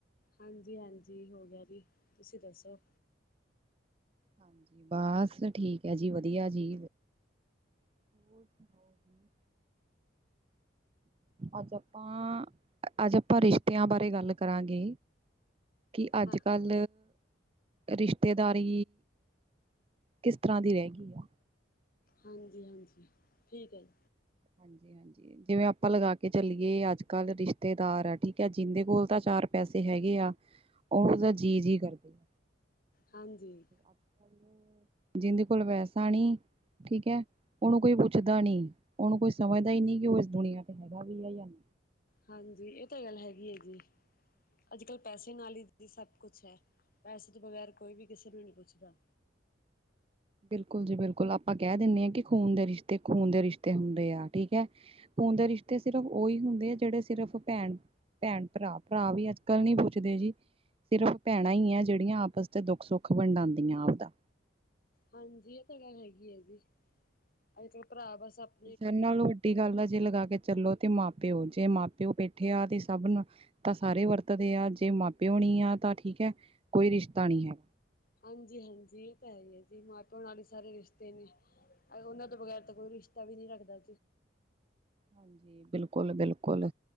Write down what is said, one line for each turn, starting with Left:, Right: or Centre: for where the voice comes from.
Left: ਹਾਂਜੀ-ਹਾਂਜੀ, ਹੋ ਗਿਆ ਜੀ ਤੁਸੀਂ ਦੱਸੋ?
Right: ਹਾਂਜੀ, ਬਾਸ ਠੀਕ ਐ ਜੀ ਵਦੀਆ ਜੀ। ਹੋਰ ਸੁਣਾਓ ਜੀ? ਅੱਜ ਆਪਾਂ, ਅੱਜ ਆਪਾਂ ਰਿਸ਼ਤੇਆਂ ਬਾਰੇ ਗੱਲ ਕਰਾਂਗੇ। ਕਿ ਅੱਜ-ਕੱਲ
Left: ਹਾਂ
Right: ਰਿਸ਼ਤੇਦਾਰੀ ਕਿਸ ਤਰਾਂ ਦੀ ਰੈਅ ਗੀ ਆ।
Left: ਹਾਂਜੀ ਹਾਂਜੀ, ਠੀਕ ਐ ਜੀ।
Right: ਹਾਂਜੀ-ਹਾਂਜੀ। ਜਿਵੇਂ ਆਪਾਂ ਲਗਾ ਕੇ ਚੱਲੀਏ, ਅੱਜ ਕੱਲ ਰਿਸ਼ਤੇਦਾਰ ਆ ਠੀਕ ਐ ਜਿੰਦੇ ਕੋਲ ਤਾਂ ਚਾਰ ਪੈਸੇ ਹੈਗੇ ਆ। ਓਨੂੰ ਤਾਂ ਜੀ-ਜੀ ਕਰਦੇ ਆ।
Left: ਹਾਂਜੀ।
Right: ਅੱਜ-ਕੱਲ ਜਿੰਦੇ ਕੋਲ ਪੈਸਾ ਨੀ ਠੀਕ ਐ, ਓਨੂੰ ਕੋਈ ਪੁੱਛਦਾ ਨੀ, ਓਨੂੰ ਕੋਈ ਸਮਝਦਾ ਈ ਨੀ ਕਿ ਓ ਇਸ ਦੁਨੀਆਂ ਤੇ ਹੈਗਾ ਵੀ ਏ ਯਾ ਨਈਂ।
Left: ਹਾਂਜੀ, ਏਹ ਤਾਂ ਗੱਲ ਹੈਗੀ ਐ ਜੀ। ਅੱਜ-ਕੱਲ ਪੈਸੇ ਨਾਲ ਈ ਦੀਦੀ ਸਬ ਕੁਛ ਐ, ਪੈਸੇ ਤੋਂ ਬਗੈਰ ਕੋਈ ਵੀ ਕਿਸੇ ਨੂੰ ਨੀ ਪੁੱਛਦਾ।
Right: ਬਿਲਕੁਲ ਜੀ ਬਿਲਕੁਲ ਆਪਾ ਕੈਅ ਦਿੰਨੇ ਆ ਕਿ ਖੂਨ ਦੇ ਰਿਸ਼ਤੇ ਖੂਨ ਦੇ ਰਿਸ਼ਤੇ ਹੁੰਦੇ ਐ ਠੀਕ ਐ। ਖੂਨ ਦੇ ਰਿਸ਼ਤੇ ਸਿਰਫ ਓਈ ਹੁੰਦੇ ਐ ਜੇੜੇ ਸਿਰਫ ਭੈਣ ਭੈਣ-ਭਰਾ, ਭਰਾ ਵੀ ਅੱਜ ਕੱਲ ਨੀ ਪੁੱਛਦੇ ਜੀ। ਸਿਰਫ ਭੈਣਾਂ ਈ ਆ ਜੇੜੀਆਂ ਆਪਸ ਚ ਦੁੱਖ-ਸੁੱਖ ਵੰਡਾਂਦੀਆਂ ਆਵਦਾ।
Left: ਹਾਂਜੀ, ਏਹ ਤੇ ਗੱਲ ਹੈਗੀ ਐ ਜੀ, ਅੱਜ ਕੱਲ ਭਰਾ ਬਸ ਅਪ
Right: ਸਬ ਨਾਲੋਂ ਵੱਡੀ ਗੱਲ ਆ ਜੇ ਲਗਾ ਕੇ ਚੱਲੋ ਤੇ ਮਾਂ ਪਿਓ, ਜੇ ਮਾਂ ਪਿਓ ਬੈਠੇ ਆ ਤੇ ਸਬ ਨਾ ਤਾ ਸਾਰੇ ਵਰਤਦੇ ਆ ਜੇ ਮਾ ਪਓ ਨਹੀ ਆ ਤਾਂ ਠੀਕ ਹੈ, ਕੋਈ ਰਿਸ਼ਤਾ ਨੀ ਹੈ
Left: ਹਾਂਜੀ, ਹਾਂਜੀ ਇਹ ਤਾਂ ਹੈ ਹੀ ਹੈ ਜੀ ਮਾਂ ਪਿਓ ਨਾਲੇ ਈ ਸਾਰੇ ਰਿਸ਼ਤੇ ਨੇ ਅ ਓਨਾ ਤੋਂ ਬਗੈਰ ਤਾਂ ਕੋਈ ਰਿਸ਼ਤਾ ਵੀ ਨੀ ਰੱਖਦਾ
Right: ਹਾਂਜੀ ਬਿਲਕੁਲ-ਬਿਲਕੁਲ